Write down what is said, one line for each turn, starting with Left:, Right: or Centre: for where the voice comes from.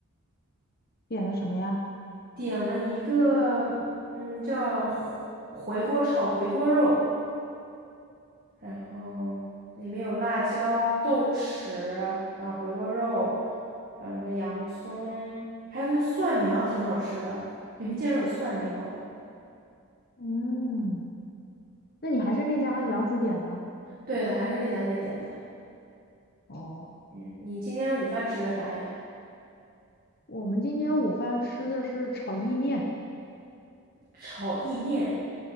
Left: 点的什么呀？
Right: 点了一个，嗯，叫回回锅炒回锅肉，然后里面有辣椒、豆豉，还有回锅肉，还有什么洋葱，还有那个蒜苗，挺好吃的。里面竟然有蒜苗。
Left: 嗯，那你还是那家杨子点的？
Right: 对的，还是那家店点的。
Left: 哦，
Right: 嗯，你今天午饭吃的啥呀？
Left: 我们今天午饭吃的是炒意面。
Right: 炒意面。